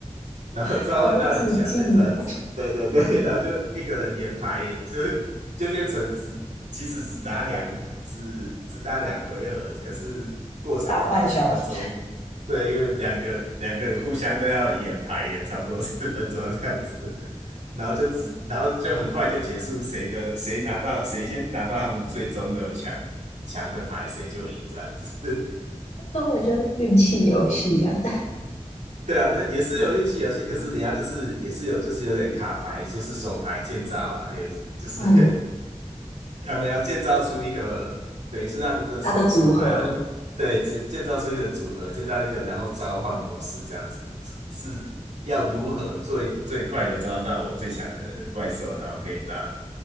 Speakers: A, on the right; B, on the left.
A: 然后召唤到很强这样子，
B: <laughs> 无止境
A: 对对对，然后就一个人演牌，就就变成只其实只打两只只打两回合，可是过程花二十分钟，
B: 打半小时，
A: 对，因为两个两个人互相都要演牌，演差不多十分钟这样子，然后就只然后就很快就结束，谁的谁拿到谁先拿到他们最终的强强的牌，谁就赢这样子。
B: <laughs> 那我就是运气游戏啊。
A: 对啊，那也是有运气游戏，可是你要就是也是有就是有点卡牌，就是手牌建造啊，有就是
B: <laughs> 嗯。
A: <laughs> 他们要建造出一个，等于是他们的手手牌要对建建造出一个组合，
B: 它的组合。
A: 建造一个然后召唤模式这样子，是要如何最最快的招到我最强的怪兽，然后可以打